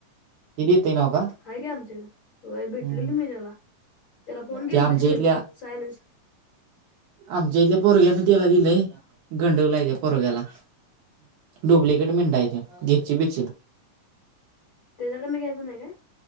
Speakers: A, on the right; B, on the left.
A: ते देतय नव्ह का?
B: हाय ग आमचे हित होय भेटलोय
A: हम्म
B: की मी तेला. तेला फोन केलता
A: ते आमच्या
B: की
A: इथल्या
B: मधी सायलेन्स
A: आमच्या इथल्या पोरग्यान तेला दिलय. गंडवलायघे परोग्याला डुप्लिकेट मिेंढा हाय त्यो घेची बिचील.
B: तेज्या कडन घ्यायचा नाही काय.